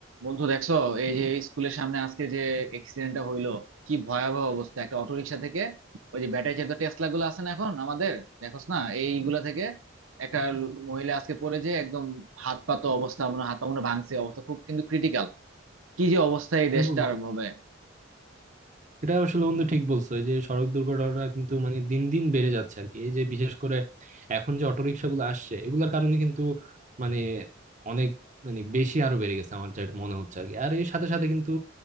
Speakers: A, on the right (about 80°); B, on the right (about 35°).
A: বন্ধু দেখছো এই যে স্কুলের সামনে আজকে যে এক্সিডেন্টটা হইলো কি ভয়াবহ অবস্থা একটা অটোরিকশা থেকে ওই যে ব্যাটারি চালিত টেসলা গুলো আছে না এখন আমাদের দেখোস না এইগুলা থেকে একটা লো- মহিলা আজকে পড়ে যে একদম হাত পা তো অবস্থা মনে হয় হাত পা মনে হয় ভাঙছে অবস্থা খুব কিন্তু ক্রিটিক্যাল কি যে অবস্থা এই
B: এবং
A: দেশটার হবে
B: এটা আসলে বন্ধু ঠিক বলছো এই যে সড়ক দুর্ঘটনা কিন্তু মানে দিন দিন বেড়ে যাচ্ছে আর কি এই যে বিশেষ করে এখন যে অটোরিকশা গুলো আসছে এগুলোর কারণে কিন্তু মানে অনেক মানে বেশি আরো বেড়ে গেছে আমার যেটা মনে হচ্ছে আর কি আর এর সাথে সাথে কিন্তু